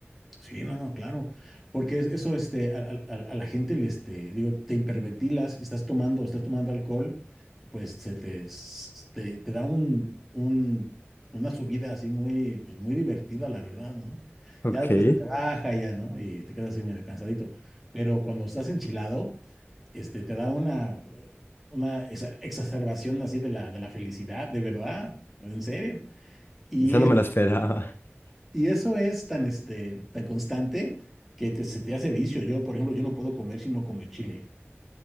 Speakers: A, in the centre; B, on the left.
A: sí, no, no, claro. Porque es- eso, este, a, a- a- a la gente le, este, digo, te hiperventilas y estás tomando, estás tomando alcohol, pues se te, s- te, te da un, un- una subida así muy, pues muy divertida, la verdad, ¿no?
B: Ok.
A: Ya después se te baja ya, ¿no? Y te quedas así medio cansadito. Pero cuando estás enchilado este, te da una, una exa- exacerbación así de la, de la felicidad, de verdad, en serio. Y,
B: Esa
A: es,
B: no me la esperaba. <laughs>
A: y eso es tan, este, tan constante que te- se te hace vicio. Yo, por ejemplo, yo no puedo comer si no como chile.